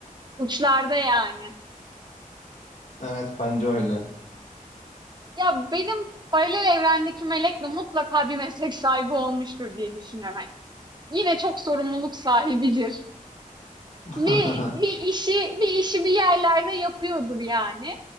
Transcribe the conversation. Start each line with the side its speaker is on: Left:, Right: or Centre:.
Right: uçlarda yani.
Left: Evet bence öyle.
Right: Ya benim paralel evrendeki melekle mutlaka bir meslek sahibi olmuştur diye düşünüyorum. Hani yine çok sorumluluk sahibidir.
Left: <laughs>
Right: Bir, bir işi bir işi bir yerlerde yapıyordur yani.